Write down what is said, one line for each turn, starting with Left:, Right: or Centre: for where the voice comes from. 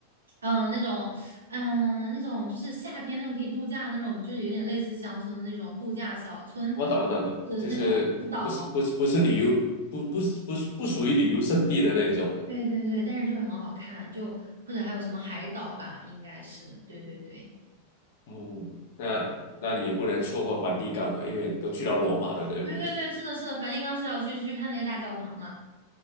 Right: 嗯、那种，嗯、那种就是夏天那种可以度假的那种，就是有点类似乡村的那种度假小村，
Left: 我懂我懂我懂，
Right: 是那种海岛。
Left: 就是不是不是不是旅游，不不是不是不属于旅游胜地的那种的
Right: 对对对，但是就是很好看，就或者还有什么海岛吧，应该是，对对对
Left: 嗯，那那你也不能错过梵蒂冈啊，
Right: 对
Left: 因为都去到罗马了，对不对？
Right: 对对对，是的，是的，梵蒂冈是要去去看那个大教堂嘛。